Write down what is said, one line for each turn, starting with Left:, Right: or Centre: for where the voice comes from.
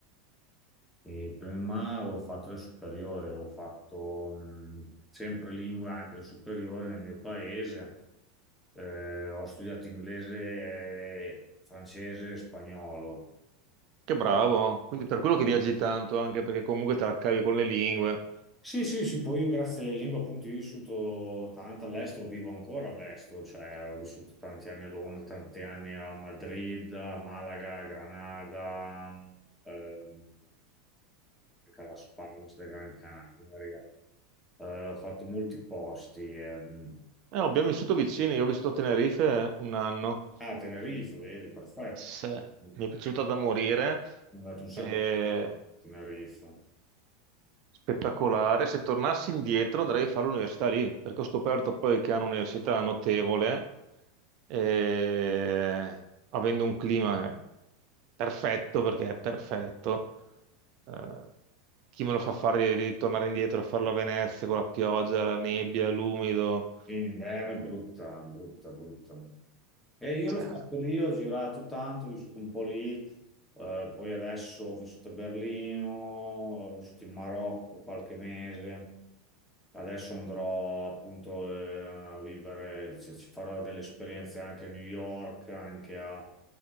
Centre: E prima avevo fatto le superiori, avevo fatto mh, sempre lingue anche le superiori nel mio paese. Eh, ho studiato inglese, eh, francese e spagnolo.
Right: Che bravo, quindi per quello che viaggi tanto, anche perché comunque te la cavi con le lingue.
Centre: Sì, sì, sì, poi io grazie alle lingue appunto io ho vissuto tanto all'estero, vivo ancora all'estero, cioè ho vissuto tanti anni a Londra, tanti anni a Madrid, a Malaga, a Granada, ehm, anche la Spalms della Gran Canaria. Eh, ho fatto molti posti. ehm.
Right: Eh, abbiamo vissuto vicini, io ho vissuto a Tenerife un anno,
Centre: Ah, Tenerife, vedi, perfetto.
Right: Se-
Centre: Mi
Right: mi è piaciuta da morire,
Centre: ho dato un sacco
Right: eh,
Centre: a Tenerife.
Right: spettacolare. Se tornassi indietro andrei a fare l'università lì, perché ho scoperto poi che hanno un'università notevole, eh, avendo un clima perfetto, perché è perfetto. eh, chi me lo fa fare di, di tornare indietro a farlo a Venezia con la pioggia, la nebbia, l'umido?
Centre: in inverno è brutta, brutta, brutta. E io
Right: Cioè,
Centre: l'ho fatto lì, ho girato tanto, ho vissuto un po' lì, eh, poi adesso ho vissuto a Berlino, ho vissuto in Marocco qualche mese, adesso andrò appunto eh, a vivere, cioè, ci farò delle esperienze anche a New York, anche a,